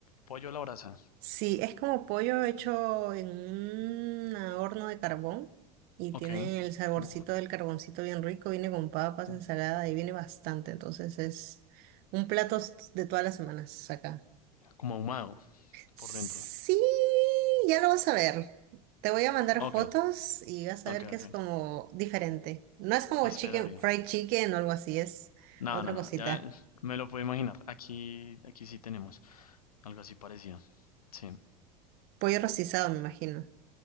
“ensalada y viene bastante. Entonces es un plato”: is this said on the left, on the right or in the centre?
Right